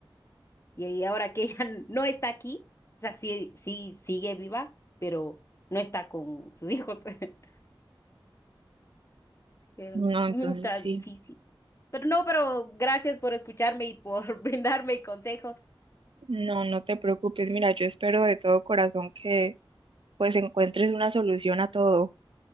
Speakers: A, on the left; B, on the right.
A: Y ahí ahora que ella <laughs> no está aquí, o sea, sí, sí sigue viva, pero no está con sus hijos. <laughs> Pero
B: No,
A: mm,
B: entonces
A: está
B: sí,
A: difícil. Pero no, pero gracias por escucharme y por <laughs> brindarme consejos.
B: no, no te preocupes. Mira, yo espero de todo corazón que pues encuentres una solución a todo.